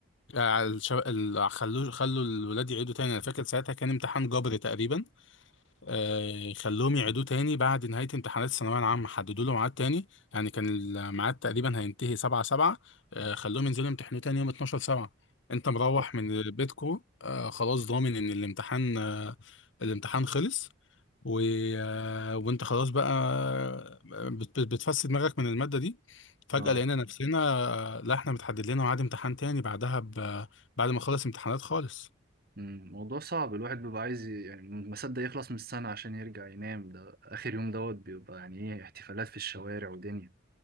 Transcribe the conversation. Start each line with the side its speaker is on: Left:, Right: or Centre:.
Left: الشو... ال... خلوا خلوا الولاد يعيدوا تاني انا فاكر ساعتها كان امتحان جبري تقريبا آه، خلوهم يعيدوه تاني بعد نهاية امتحانات الثانوية العامة حددوا له ميعاد تاني يعني كان الميعاد تقريبا هينتهي سبعة سبعة آه، خلوهم ينزلوا يمتحنوه تاني يوم اتناشر سبعة انت مروح
Right: طب
Left: من بيتكو آه، خلاص ضامن ان الامتحان آه، الامتحان خلص و... آه، وانت خلاص بقى بت... بت- بتفسد دماغك من المادة دي فجأة
Right: آه
Left: لقينا نفسنا آه، لا احنا متحدد لنا ميعاد امتحان تاني بعدها ب... بعد ما خلص امتحانات خالص
Right: مم، موضوع صعب الواحد بيبقى عايز ي- يعني ما صدق يخلص من السنة عشان يرجع ينام ده آخر يوم دوت بيبقى يعني إيه احتفالات في الشوارع ودنيا